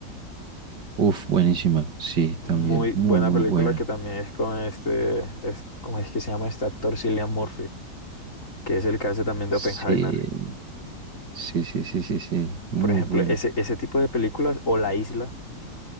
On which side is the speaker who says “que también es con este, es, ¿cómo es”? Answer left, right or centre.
Left